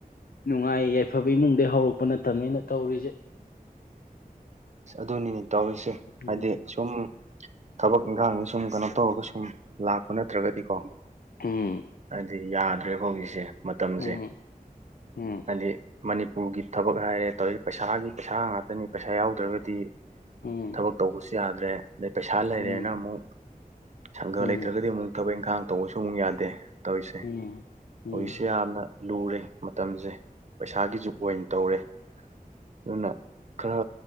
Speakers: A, on the left (about 75°); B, on the right (about 50°).
A: ꯅꯨꯡꯉꯥꯏ ꯌꯥꯏꯐꯕ ꯏꯃꯨꯡꯗꯩ ꯍꯧꯔꯛꯄ ꯅꯠꯇꯕꯅꯤꯅ ꯇꯧꯔꯤꯁꯦ
B: ꯑꯗꯨꯅꯤꯅꯦ ꯇꯧꯔꯤꯁꯦ
A: ꯎꯝ
B: ꯍꯥꯏꯗꯤ ꯁꯨꯝ ꯊꯕꯛ ꯏꯪꯈꯥꯡꯒꯤ ꯁꯨꯝ ꯀꯩꯅꯣ ꯇꯧꯔꯒ ꯁꯨꯝ ꯂꯥꯛꯄ ꯅꯠꯇ꯭ꯔꯒꯗꯤꯀꯣ
A: ꯎꯝ
B: ꯍꯥꯏꯗꯤ ꯌꯥꯗ꯭ꯔꯦꯕ ꯍꯧꯖꯤꯛꯁꯦ ꯃꯇꯝꯁꯦ
A: ꯎꯝ ꯎꯝ
B: ꯍꯥꯏꯗꯤ ꯃꯅꯤꯄꯨꯔꯒꯤ ꯊꯕꯛ ꯍꯥꯏꯔꯦ ꯇꯧꯋꯤ ꯄꯩꯁꯥꯒꯤ ꯄꯩꯁꯥ ꯉꯥꯛꯇꯅꯤ ꯄꯩꯁꯥ ꯌꯥꯎꯗ꯭ꯔꯒꯗꯤ
A: ꯎꯝ
B: ꯊꯕꯛ ꯇꯧꯕꯁꯨ ꯌꯥꯗ꯭ꯔꯦ ꯑꯗꯩ ꯄꯩꯁꯥ ꯂꯩꯔꯦꯅ
A: ꯎꯝ
B: ꯑꯃꯨꯛ ꯁꯪꯒ
A: ꯎꯝ
B: ꯂꯩꯇ꯭ꯔꯒꯗꯤ ꯑꯃꯨꯛ ꯊꯕꯛ ꯏꯪꯈꯥꯡ ꯇꯧꯕꯁꯨ ꯑꯃꯨꯛ ꯌꯥꯗꯦ ꯇꯧꯔꯤꯁꯦ
A: ꯎꯝ ꯎꯝ
B: ꯍꯧꯖꯤꯛꯁꯦ ꯌꯥꯝꯅ ꯂꯨꯔꯦ ꯃꯇꯝꯁꯦ ꯄꯩꯁꯥꯒꯤ ꯖꯨꯛ ꯑꯣꯏꯅ ꯇꯧꯔꯦ ꯑꯗꯨꯅ ꯈꯔ